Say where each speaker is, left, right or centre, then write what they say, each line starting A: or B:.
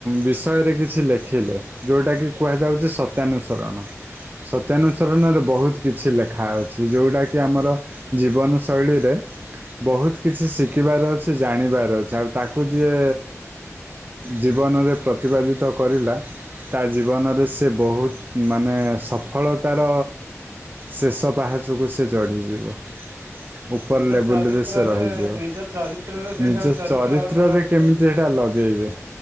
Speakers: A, on the right; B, on the right.
A: ବିଷୟରେ କିଛି ଲେଖିଲେ। ଯଉଟାକି କୁହାଯାଉଛି ସତ୍ୟାନୁସରଣ। ସତ୍ୟାନୁସରଣରେ ବହୁତ କିଛି ଲେଖା ଅଛି ଯଉଟାକି ଆମର ଜୀବନ ଶୈଳୀରେ ବହୁତ କିଛି ଶିଖିବାର ଅଛି ଜାଣିବାର ଅଛି ଆଉ ତାକୁ ଯିଏ ଜୀବନରେ ପ୍ରତିପାଦିତ କରିଲା। ତା ଜୀବନରେ ସେ ବହୁତ ମାନେ ସଫଳତାର ଶେଷ ପାହାଚକୁ ସେ ଚଢ଼ିଯିବ। ଉପର
B: ନିଜ
A: ଲେବୁଲ
B: ଚରିତ୍ରରେ
A: ରେ ସେ ରହିଯିବ
B: ନିଜ ଚରିତ୍ରରେ ସେଇଟାକୁ
A: ନିଜ
B: ଚରିତ୍ରାଗତ
A: ଚରିତ୍ରରେ କେମିତି ଯେଟା ଲଗେଇବେ।